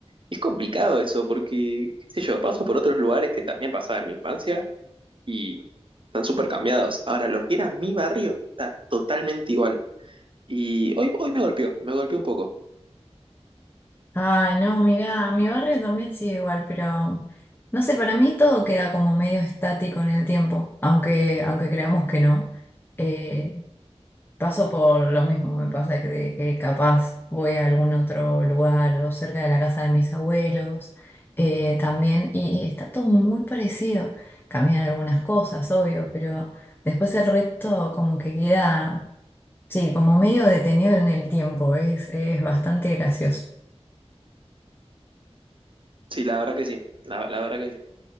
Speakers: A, on the right (about 50°); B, on the left (about 20°).
A: Es complicado eso, porque, qué sé yo, paso por otros lugares que también pasaba en mi infancia y están súper cambiados. Ahora, lo que era mi barrio está totalmente igual. Y hoy, hoy me golpeó, me golpeó un poco.
B: Ay, no, mirá, mi barrio también sigue igual, pero no sé, para mí todo queda como medio estático en el tiempo, aunque, aunque creamos que no. Eh, paso por lo mismo, me pasa que, de que capaz voy a algún otro lugar o cerca de la casa de mis abuelos eh, también, y está todo muy parecido. Cambian algunas cosas, obvio, pero después el resto como que queda Sí, como medio detenido en el tiempo, es, es bastante gracioso.
A: Sí, la verdad que sí, la la verdad que sí.